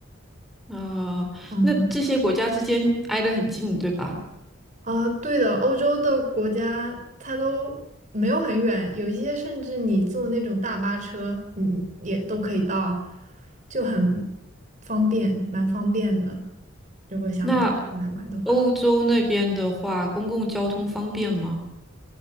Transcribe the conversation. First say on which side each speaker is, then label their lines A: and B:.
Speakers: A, in the centre; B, on the right.
A: 啊、
B: 嗯，
A: 那这些国家之间挨得很近，对吧？
B: 啊，对的，欧洲的国家它都没有很远，有一些甚至你坐那种大巴车，嗯，也都可以到，就很方便，蛮方便的。如果想过来玩的话，
A: 那欧洲那边的话，公共交通方便吗？